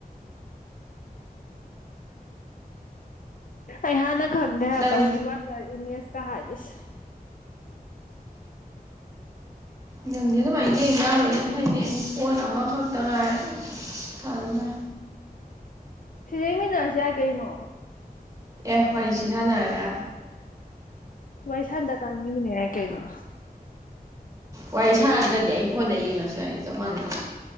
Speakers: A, on the left (about 60°); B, on the right (about 20°).
A: ꯑꯩꯍꯅ ꯈꯪꯗꯦ ꯍꯥꯏ
B: ꯅꯪ
A: ꯁꯤ ꯋꯥ ꯏꯃꯦ ꯀꯥ ꯁ
B: ꯅꯪꯗꯦ ꯑꯗꯨꯃꯥꯏꯅ ꯌꯦꯡ ꯌꯥꯕꯩꯅ ꯐꯩꯅꯦ ꯑꯩ ꯄꯣꯟ ꯑꯃꯈꯛꯇ ꯉꯥꯏꯔ ꯈꯜꯂꯗ
A: ꯁꯤ ꯌꯦꯡꯃꯤꯟꯅꯔꯁ ꯌꯥꯏ ꯀꯩꯅꯣ
B: ꯑꯦ ꯋꯥꯔꯤꯁꯤ ꯁꯥꯟꯅꯔꯒ
A: ꯃꯥꯏ ꯁꯥꯟꯗ ꯀꯥꯅꯤꯅꯦ ꯀꯩꯩꯅ
B: ꯋꯥꯔꯤ ꯁꯥꯥꯟꯅꯗ꯭ꯔꯗꯤ ꯑꯩ ꯐꯣꯟꯗ ꯌꯦꯡꯉꯁꯨ ꯌꯥ ꯍꯥꯏꯅꯤ ꯆꯞ ꯃꯥꯟꯅꯩ